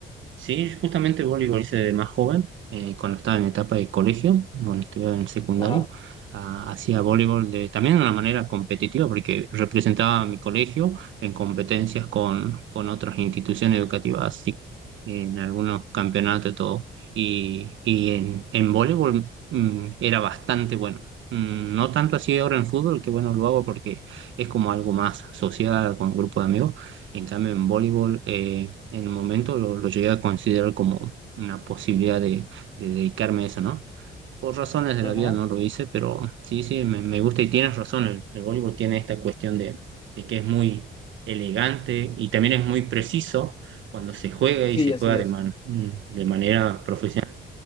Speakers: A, on the right (about 75°); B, on the left (about 25°).
A: Sí, justamente voleibol hice de más joven, eh, cuando estaba en etapa de colegio, bueno, estudiaba en secundario,
B: Ajá,
A: ah, hacía voleibol de, también de una manera competitiva, porque representaba a mi colegio en competencias con, con otras instituciones educativas, así que en algunos campeonatos y todo. Y, y en, en voleibol mm, era bastante bueno. Mm, No tanto así ahora en fútbol, que bueno, lo hago porque es como algo más social con un grupo de amigos, en cambio, en voleibol, eh, en el momento lo, lo llegué a considerar como una posibilidad de, de dedicarme a eso, ¿no? Por razones de
B: ajá.
A: la vida no lo hice, pero sí, sí, me, me gusta y tienes razón. El, el voleibol tiene esta cuestión de, de que es muy elegante y también es muy preciso cuando se juega y
B: Sí,
A: se
B: así
A: juega
B: es.
A: de, man- mm, de manera profesional.